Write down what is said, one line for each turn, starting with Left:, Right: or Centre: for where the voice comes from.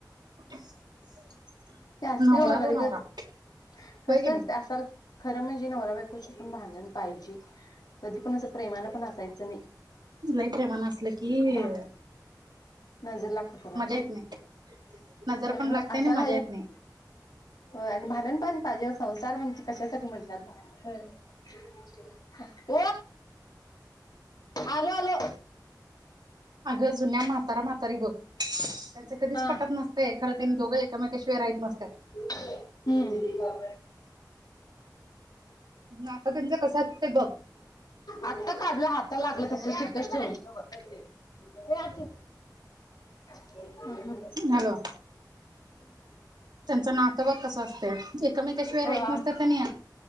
Right: <inaudible>
Left: ते असतंय
Right: नवरा
Left: हो कधीतर,
Right: तो नवरा
Left: कसं
Right: होय की नाही.
Left: असतं असल खरं म्हणजे नवरा बायकोची ही भांडण पाहिजे. कधी पण असं प्रेमानं पण असायचं नाही.
Right: लय प्रेमानं असलं की हेग
Left: भा नजर लागत्या त्याला.
Right: येत नाही नजर
Left: अं
Right: पण
Left: हं
Right: लागते
Left: असाल
Right: आणि मजा
Left: <unintelligible>
Right: येत नाही
Left: हो आणि भांडणपण पाहिजे ओ संसार म्हणजे कशासाठी म्हटल्यात? हम्म. <inaudible> आलो आलो.
Right: अगं जुन्या म्हातारा मातारी बघ, त्यांच कधीच
Left: हा
Right: पटत नसते खरं त्यांनी दोघं एकामेका शिवाय राहीत नसत्यात.
Left: हम्म. ह
Right: नातं त्यांचं कसं असते बघ
Left: आत्ता काढलं हाताला लागलं तसं तिथंच ठेवलो. ये आत ये. हा हा.
Right: हॅलो. त्यांचं नातं बघ कसं असतंय, एकमेकाशिवाय राहत
Left: हो, आम-
Right: नसत्यात त्यांनी.